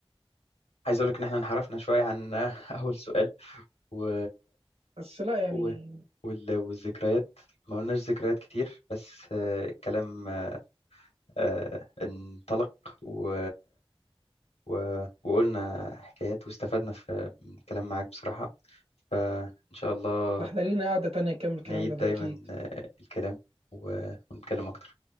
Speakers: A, on the left; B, on the right.
A: عايز اقول لك ان احنا انحرفنا شويه عن <laughs> اول سؤال و...
B: بس لا
A: و...
B: يعني
A: وال... والذكريات ما قلناش ذكريات كتير بس آه، الكلام آه، انطلق و... و... وقلنا حكايات واستفدنا في من الكلام معاك بصراحة فإن شاء الله
B: لا، احنا لينا قعده تانية نكمل كلامنا
A: نعيد
B: ده
A: دايما
B: اكيد
A: آه، الكلام و... ونتكلم أكتر